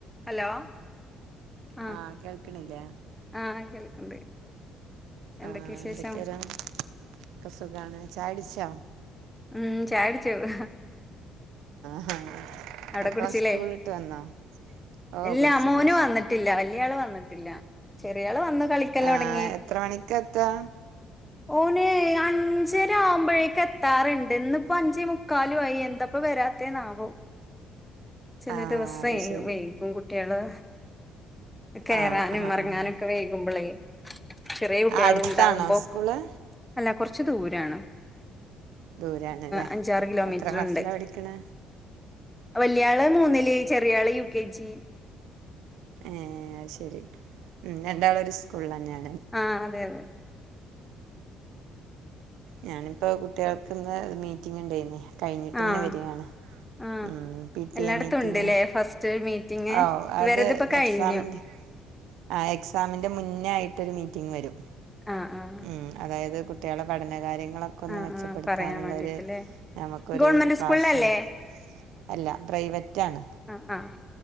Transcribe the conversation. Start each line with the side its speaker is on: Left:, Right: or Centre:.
Centre: Hello ആ
Right: ആഹ് കേൾക്കണില്ലേ
Centre: ആ കേൾ- ണ്ട് എന്തൊക്കെ
Right: ആഹ്
Centre: വിശേഷം
Right: എന്തൊക്കെയാരാ ഒക്കെ സുഖാണ് ചായുടിച്ചോ
Centre: മ് ചായ കുടിച്ചു <inaudible>
Right: <unintelligible>
Centre: അവിടെ
Right: മക്കളെ
Centre: കുടിച്ചില്ലേ
Right: സ്കൂളിട്ട് വന്നോ ഓ
Centre: ഇല്ല
Right: കുടിച്ചു
Centre: മോന്
Right: കുടിച്ചു
Centre: വന്നിട്ടില്ല വലിയ ആള് വന്നു വന്നിട്ടില്ല ചെറിയ ആള് വന്ന് കളിക്കലൊടങ്ങി
Right: ആ എത്ര മണിക്കാ എത്തുക
Centre: ഓന് അഞ്ചരആവുമ്പോഴേക്ക് എത്താറുണ്ട് ഇന്ന് ഇപ്പോ അഞ്ചേ മുക്കാല് വയ്യ എന്തപ്പോ വരാത്തെ നാവോ ചില
Right: ആഹ്
Centre: ദിവസവേ
Right: അത് ശരി
Centre: വൈകും കുട്ടികള് കേറാനും
Right: ആഹ് ആഹ്
Centre: ഇറങ്ങാനൊക്കെ
Right: ആഹ്
Centre: വൈകുമ്പോളേ ചെറിയ കുട്ടികളും
Right: അടുത്താണോ
Centre: ഉണ്ടാവുമ്പോ
Right: സ്കൂള്
Centre: അല്ല കുറച്ച് ഇച്ചിരി ദൂരാണ്
Right: ദൂരാണ് ല്ലെ
Centre: അഞ്ചാറ് കിലോമീറ്റർ
Right: എത്ര ക്ലാസ്സിലാ
Centre: ഉണ്ട്
Right: പഠിക്കണെ
Centre: വല്യാള് മൂന്നില് ചെറിയാള് യു കെ ജി
Right: ഏ ശരി മ് രണ്ടാളും ഒരു സ്‌ ക്കുള്ളഞ്ഞേ
Centre: ആ അതെ അതെ
Right: ഞാനിപ്പോ കുട്ടികൾക്ക് ഇന്ന് മീറ്റിംഗ് ഇണ്ടയ്നി കഴിഞ്ഞിട്ട് ഇങ്ങനെ
Centre: ആഹ്
Right: വരിയാണ്
Centre: ആഹ്
Right: മ് പി ടി
Centre: എല്ലായിടത്തും
Right: എ മീറ്റിങ്
Centre: ഉണ്ട്ല്ലേ ഫസ്റ്റ് മീറ്റിംഗ്
Right: ഓ
Centre: ഇവരതിപ്പോ
Right: അത്
Centre: കഴിഞ്ഞു
Right: എക്സാമിന്റെ ആ എക്സാമിന്റെ മുന്നേ ആയിട്ടൊരു മീറ്റിംഗ് വരും
Centre: ആഹ് ആഹ്
Right: മ് ആ അതായത് കുട്ടികളെ പഠന കാര്യങ്ങ- അതൊക്കെന്ന്
Centre: ആഹ്
Right: മെച്ചപ്പെടുത്താനുള്ള
Centre: ആഹ് പറയാൻ വേണ്ടിട്ടല്ലേ
Right: ഒരു നമുക്ക് ഒരു
Centre: ഗവൺമെന്റ്
Right: ക്ലാസും
Centre: സ്കൂളിലല്ലേ
Right: അല്ല പ്രൈവറ്റാണ്
Centre: ആഹ് ആഹ്